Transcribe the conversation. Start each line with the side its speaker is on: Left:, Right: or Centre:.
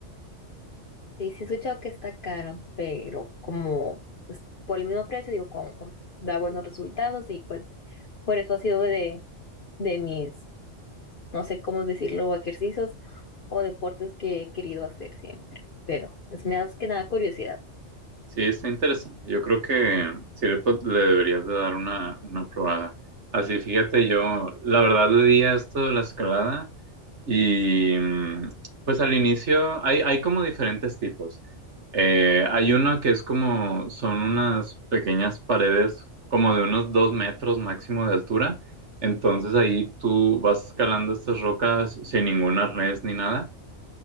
Left: sí, sí sí he escuchado que está caro, pero como pues, por el mismo precio, digo, como por- da buenos resultados y pues por eso ha sido de, de mis, no sé cómo decirlo, ejercicios o deportes que he querido hacer siempre, pero es me da más que nada curiosidad.
Right: Sí, está interesante. Yo creo que sí le, pod- le deberías de dar una, una probada. Así, fíjate, yo la verdad le di a esto de la escalada y mm, pues al inicio hay, hay como diferentes tipos. Eh, hay uno que es como, son unas pequeñas paredes como de unos dos metros máximo de altura. Entonces ahí tú vas escalando estas rocas sin ningún arnés ni nada.